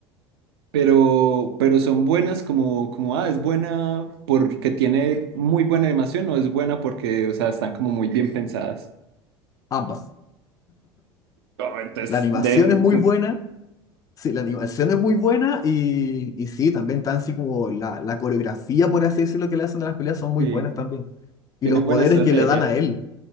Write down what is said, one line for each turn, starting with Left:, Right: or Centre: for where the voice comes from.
Right: pero, pero son buenas como, como, ah, es buena porque tiene muy buena animación o es buena porque, o sea, están como muy bien pensadas.
Left: ambas.
Right: Oh, entonces,
Left: La animación
Right: de, entonces,
Left: es muy buena Sí, la animación es muy buena y, y sí, también tan así como la, la coreografía, por así decirlo, que le hacen de las peleas son muy
Right: sí,
Left: buenas también. Y
Right: tienen
Left: los poderes
Right: buena estrategia.
Left: que le dan a él,